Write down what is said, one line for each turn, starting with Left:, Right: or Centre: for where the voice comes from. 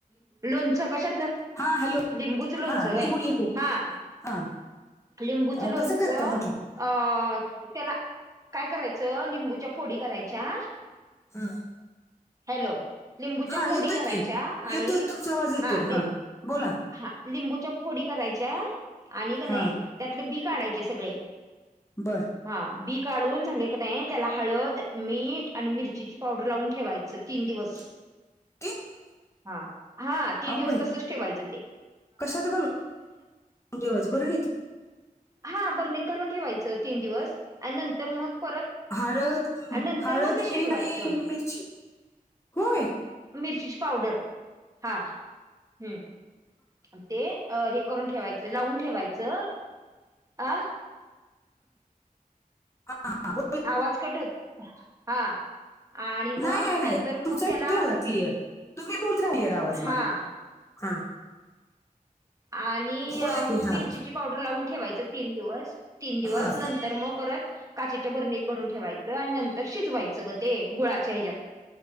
Right: लोणचं कशाचं?
Left: हा हॅलो
Right: लिंबूचं लोणचं
Left: हा लिंबू
Right: व्हय
Left: लिंबू
Right: हा
Left: हा
Right: लिंबूचं
Left: अं,
Right: लोणचं
Left: कसं करता म्हटलं
Right: अ त्याला काय करायचं लिंबूच्या फोडी करायच्या,
Left: हा
Right: हॅलो! लिंबूच्या
Left: हा
Right: फोडी
Left: येतोय
Right: करायच्या
Left: की
Right: आणि
Left: येतोय तुमचा आवाज येतोय
Right: हा लि
Left: बोला
Right: हा लिंबूच्या फोडी करायच्या आणि कनी
Left: हा
Right: त्यातले बी काढायचे सगळे.
Left: बरं.
Right: हा बी काढून झाले का नाही त्याला हाळद, मीठ आणि मिरचीची पावडर लावून ठेवायचं तीन दिवस.
Left: <inaudible>
Right: हा हा तीन
Left: अगो
Right: दिवस
Left: बाई
Right: तसचं ठेवायच.
Left: कशात घालून ठेवायचं बरणीत?
Right: हा बरणीत घालून ठेवायचं तीन दिवस आणि नंतर मग परत
Left: हाळद,
Right: आणि नंतर
Left: हाळद,
Right: मग ते शिजवायचं
Left: मीठ आणि मिरची होय.
Right: मिरचीची पावडर हा हम्म. आण ते अ हे करून ठेवायचं लावून ठेवायचं. आ
Left: हा हा <unintelligible>
Right: आवाज कट होत हा आणि
Left: नाही
Right: मग
Left: नाही नाही
Right: नंतर
Left: तुमचा
Right: मग
Left: येतोय
Right: त्याला
Left: मला क्लिअर तुम्ही <unintelligible> क्लिअर आवाज
Right: हा
Left: मला हा.
Right: आणि
Left: बोला
Right: मग
Left: की हा
Right: मिरचीची पावडर लावून ठेवायचं तीन दिवस तीन दिवस
Left: हा
Right: नंतर मग परत काचेच्या बरणीत भरून ठेवायचं आणि नंतर शिजवायचं ग ते गुळाच्या हेच्यात -